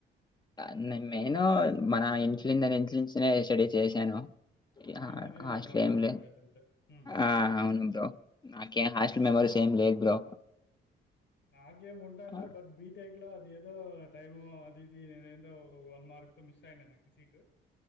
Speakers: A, on the left; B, on the left.
A: ఆ నేన్ నేను మన ఇ <unintelligible> ఇంట్ నుంచినే స్టడీ చేసాను
B: ఇంటి
A: హా
B: నుంచినే
A: హాస్లే
B: మనం చదువుకుండేది
A: ఎం లే
B: అంతే. హుహు.
A: ఆ అవున్ బ్రో నాకే హా మెమరీస్ ఏం లేద్ బ్రో
B: ఆకేము ఉంటన్ల్య
A: ఆ!
B: బట్ బీటెక్ లో అది ఏదో టైము ఇది ఏందో ఒక వన్ మార్క్ తో మిస్ అయిండ్య నాకు సీటు